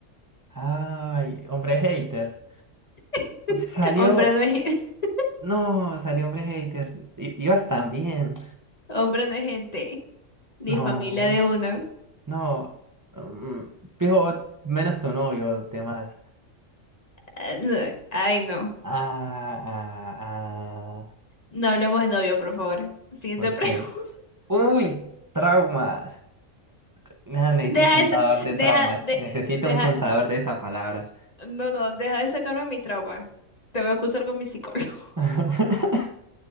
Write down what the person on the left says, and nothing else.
<laughs>
Hombre no es, gen- <laughs>
hombre no es gente, ni
familia de uno.
Ah, no, Ay, no.
No hablemos de novio, por favor. Siguiente
pregunta.
<laughs> Deja
ese,
deja,
de-
deja,
no, no, deja de sacarme mis traumas. Te voy a acusar con mi psicólogo.